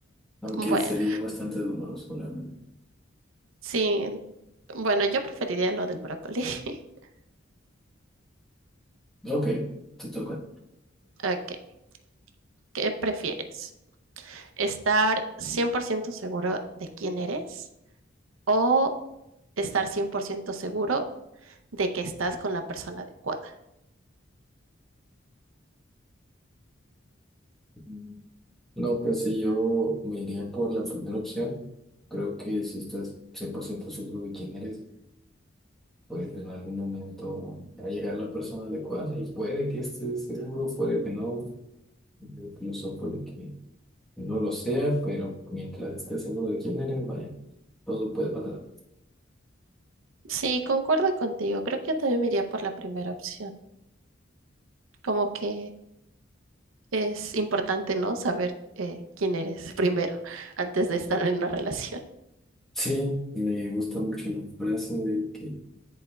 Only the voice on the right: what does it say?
Bueno,
sí. Bueno, yo preferiría lo del brócoli. <laughs>
Ok, ¿qué prefieres? ¿Estar 100% seguro de quién eres o estar 100% seguro de que estás con la persona adecuada?
Sí, concuerdo contigo. Creo que yo también me iría por la primera opción. Como que es importante, ¿no? Saber eh, quién eres <laughs> primero, antes de estar en una relación.